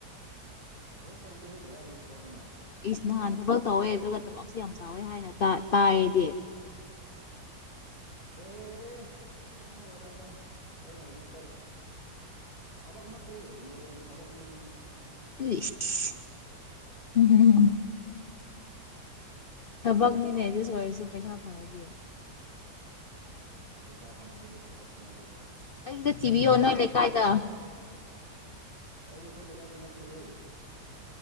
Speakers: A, on the right; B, on the left.
A: ꯊꯕꯛ ꯇꯧꯗꯦꯍꯦ ꯀꯗꯥꯏꯗꯒꯤ ꯊꯕꯛꯅꯣ
B: ꯏꯁ ꯅꯍꯥꯟ ꯊꯕꯛ ꯇꯧꯋꯦ ꯑꯗꯨꯒ ꯇꯂꯞꯁꯨ ꯌꯥꯝ ꯆꯥꯎꯋꯦ ꯍꯥꯏꯅ ꯇꯥ ꯇꯥꯏꯗꯤ
A: ꯑꯦ ꯀꯩꯅꯣ ꯑꯣꯏꯔꯝꯒꯅꯤ ꯑꯩꯅ ꯍꯧꯖꯤꯛ ꯆꯠꯂꯦ ꯊꯕꯛ ꯅꯠꯇꯦ ꯎꯨꯏꯔꯣꯡꯒꯤ ꯊꯕꯛꯅꯦ ꯁꯤꯗꯤ
B: <inaudible> ꯊꯕꯛꯅꯤꯅꯦ ꯑꯗꯨꯁꯨ ꯑꯣꯏꯔꯁꯨ ꯄꯩꯁꯥ ꯐꯪꯉꯗꯤ
A: ꯄꯩꯁꯥ ꯐꯪꯉꯗꯤ ꯑꯗꯨ ꯊꯕꯛꯅꯦ ꯑꯗꯨꯕꯨ ꯑꯁ
B: ꯑꯩꯁꯦ ꯆꯤꯕꯤ
A: ꯑꯩꯈꯣꯏꯅꯗꯤ
B: ꯌꯣꯟꯅ
A: ꯄꯥꯝ
B: ꯂꯩꯀꯥꯏꯗ
A: ꯑꯁ ꯑꯩꯗꯤ ꯑꯩꯈꯣꯏ ꯂꯩꯀꯥꯏꯗ ꯅꯠꯇꯦꯍꯦ